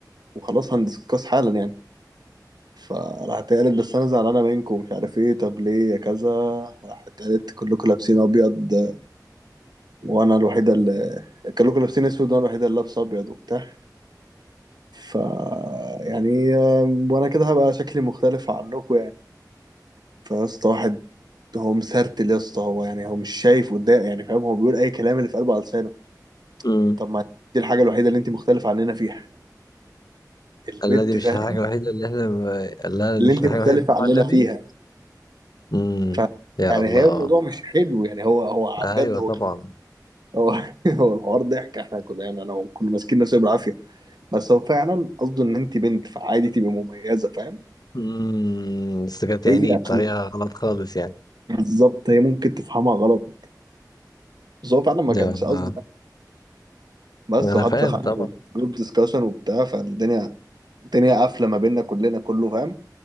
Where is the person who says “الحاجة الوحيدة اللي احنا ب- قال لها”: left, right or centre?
Left